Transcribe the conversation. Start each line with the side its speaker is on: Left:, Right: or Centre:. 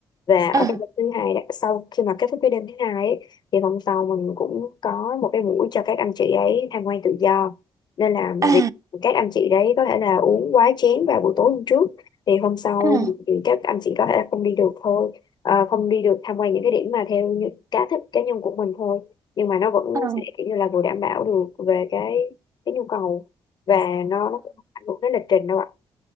Left: và ở
Right: à,
Left: cái đêm thứ hai đó, sau khi mà kết thúc cái đêm thứ hai ấy, thì hôm sau mình cũng có một cái buổi cho các anh chị ấy tham quan tự do nên là
Right: à,
Left: việc các anh chị đấy có thể là uống quá chén vào buổi tối hôm trước thì hôm sau
Right: à,
Left: thì thì các anh chị có thể là không đi được thôi Ờ, không đi được tham quan những cái điểm mà theo như cá thích cá nhân của mình thôi nhưng mà nó vẫn
Right: à,
Left: sẽ kiểu như là vừa đảm bảo được về cái cái nhu cầu và nó, nó cũng không ảnh hưởng đến lịch trình đâu ạ